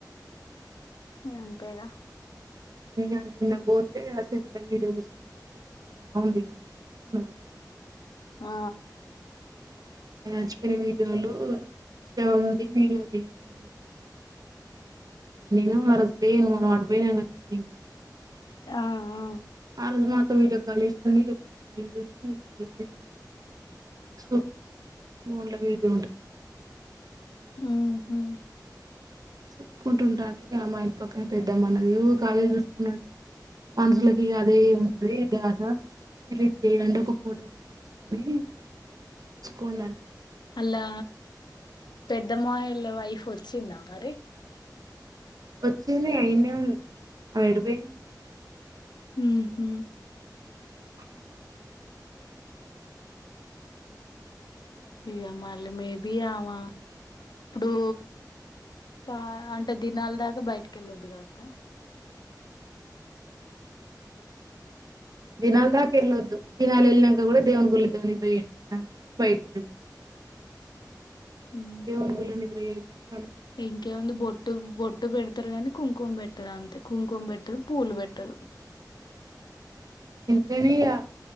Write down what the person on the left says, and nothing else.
ఇగంతేగా
ఆ
ఆ ఆ
ఉమ్ హ్
అల్లా పెద్ద మామయ్యోల్ల వైఫ్ వచ్చిందా మరి
ఉమ్ హ్
ఇగ మల్లి మే బీ ఆమా ఇప్పుడూ పా అంటే దినాల దాకా బయటికెళ్ళొద్దుగా కా
హ్మ్
ఇంకేముంది బొట్టు బొట్టు పెడతారు గానీ కుంకుమ పెట్టరు అంతే కుంకుంపెట్టార్ పూలుపెట్టారు